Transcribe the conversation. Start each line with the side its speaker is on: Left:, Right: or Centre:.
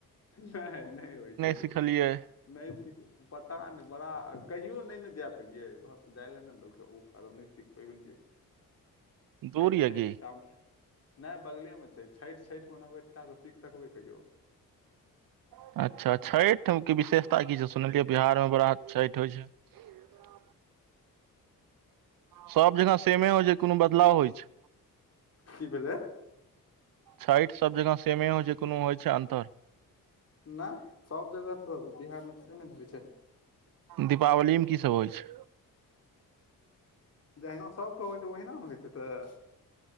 Left: नहि नहि होइ छै
Right: सिखलियै
Left: नहि पता नहि बड़ा कहियो नहि ने जा पेलियै घर तऽ जाइ लए नहि देलकै ओ कारण नहि सीख पियै
Right: दूर
Left: छठि
Right: यऽ
Left: छठि
Right: की
Left: त नहि बगले मे छै छठि छठि म नबै अच्छासँ सीख सकबै कहियओ
Right: ह अच्छा छठि के विशेषता की छै सुनलियै बिहारमे बड़ा छठि होइ छै ह सब जगह सेमे
Left: एक
Right: होइ
Left: सेकेंड
Right: छै कोनो बदलाव होइ छै
Left: की भेलै
Right: छठि सब जकाँ सेमे होइ छै कोनो होइ छै अन्तर
Left: नहि सब जगह तऽ बिहारमे सेमे ने होइ छै
Right: दीपावलीमे
Left: ठीक
Right: कीसभ होइ छै
Left: जहिना सभके होइ छै ओहिना ने होत तऽ